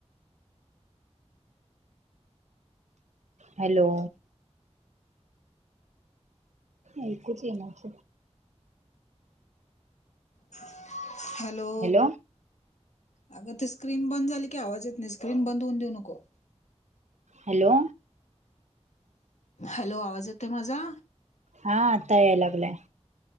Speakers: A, on the right (about 85°); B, on the left (about 80°).
A: Hello. ऐकुच येई नाच.
B: हॅलो.
A: हॅलो
B: अगं ते स्क्रीन बंद झाली की आवाज येत नाही स्क्रीन बंद होऊन देऊ नको.
A: हॅलो.
B: हॅलो आवाज येतोय माझा?
A: हा आता याय लागलाय.